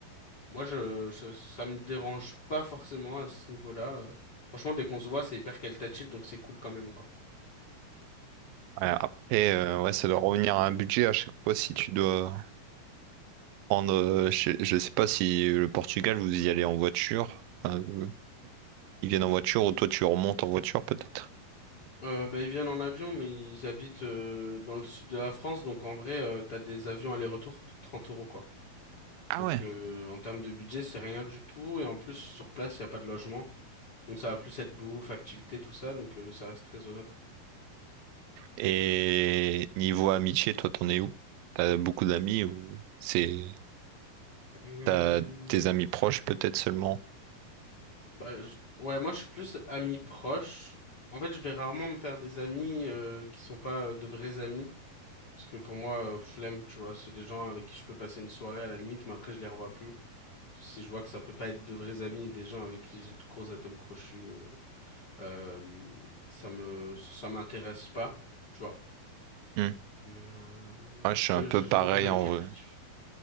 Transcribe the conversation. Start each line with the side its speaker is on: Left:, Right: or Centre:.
Left: moi, je, je- ça me dérange pas forcément à ce niveau-là. euh. Franchement, dès qu'on se voit, c'est hyper qualitatif, donc c'est cool quand même, quoi.
Right: Ouais, après, euh, ouais, ça doit revenir à un budget à chaque fois si tu dois prendre. euh, je, je sais pas si le Portugal, vous y allez en voiture. Enfin, euh, ils viennent en voiture ou toi tu remontes en voiture peut-être.
Left: Euh, bah, ils viennent en avion, mais ils habitent euh, dans le sud de la France, donc en vrai, euh, t'as des avions aller-retour pour 30 euros, quoi.
Right: Ah
Left: Donc
Right: ouais.
Left: euh, en termes de budget, c'est rien du tout, et en plus, sur place, il n'y a pas de logement. Donc ça va plus être bouffe, activité, tout ça, donc euh, ça reste raisonnable.
Right: Et niveau amitié, toi t'en es où? T'as beaucoup d'amis ou c'est
Left: Hum,
Right: t'as tes amis proches peut-être seulement?
Left: Bah, je- Ouais, moi, je suis plus ami proche. En fait, je vais rarement me faire des amis euh, qui sont pas euh, de vrais amis. Parce que pour moi, euh, flemme, tu vois, c'est des gens avec qui je peux passer une soirée à la limite, mais après je les revois plus. Si je vois que ça peut pas être de vrais amis, des gens avec qui j'ai de gros atomes crochus, euh, euh, ça me, ça m'intéresse pas, tu vois.
Right: Hmm.
Left: Mais, euh, mais,
Right: Ouais,
Left: euh,
Right: je
Left: je-
Right: suis un peu
Left: je-
Right: pareil
Left: j'ai des amis
Right: en
Left: qualitatifs.
Right: vrai.